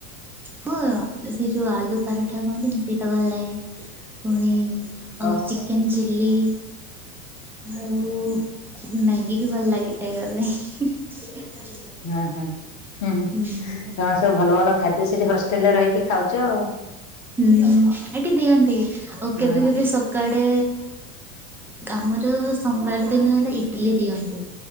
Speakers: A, in the centre; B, on the left.
A: ହଁ ସେ ଯୋଉ ଆଳୁ ପରାଠା କୁହନ୍ତିନି ସେଇଟା ଭଲ ଲାଗେ, ପୁଣି ଆଉ
B: ଓହୋ
A: ଚିକେନ ଚିଲ୍ଲି ଆଉ ଗି ବି ଭଲ ଲଗେ ଖାଇବା ପାଇଁ। <inaudible>
B: ହୁଁ ହୁଁ ହୁଁ
A: ହୁଁ
B: ତମେ ସବୁ ଭଲ ଭଲ ଖାଦ୍ୟ ସେଠି ହଷ୍ଟେଲ ରେ ରହିକି ଖାଉଛ ଆଉ।
A: ହୁଁ ଏଠି ଦିଅନ୍ତି ଆଉ
B: ହଁ
A: କେବେ କେବେ ସ ସ କଡେ ଆମର ସୋମବାର ଦିନ ହେଲା ଇଟଲି ଦିଅନ୍ତି।